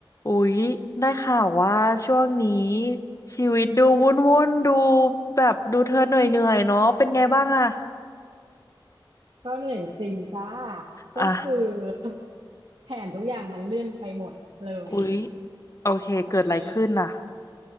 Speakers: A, on the left (about 40°); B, on the right (about 80°).
A: อุ๊ยได้ข่าวว่าช่วงนี้ชีวิตดูวุ่นวุ่นดูแบบดูเธอเหนื่อยเหนื่อยเนาะเป็นไงบ้างอะ
B: ก็เหนื่อยจริงจ้าก็คือ
A: อ่ะ
B: <laughs> แผนทุกอย่างมันเลื่อนไปหมดเลย
A: อุ๊ยโอเคเกิดอะไรขึ้นน่ะ
B: อันนี้